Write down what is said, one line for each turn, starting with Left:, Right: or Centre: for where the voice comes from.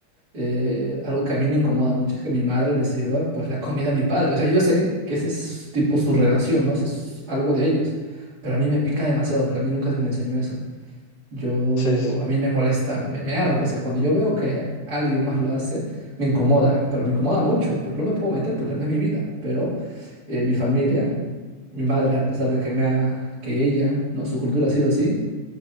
Right: Eh, algo que a mí me incomoda mucho es que mi madre le sirva pues la comida a mi padre. O sea, yo sé que ese es tipo su relación, ¿no? ese es algo de ellos. Pero a mí me pica demasiado porque a mí nunca se me enseñó eso. Yo,
Left: Sí, sí, sí.
Right: a mí me molesta, me, me arde. O sea, cuando yo veo que alguien más lo hace, me incomoda, pero me incomoda mucho, pero no me puedo meter porque no es mi vida. Pero eh, mi familia, mi madre, a pesar de que me ha, que ella, no, su cultura ha sido así,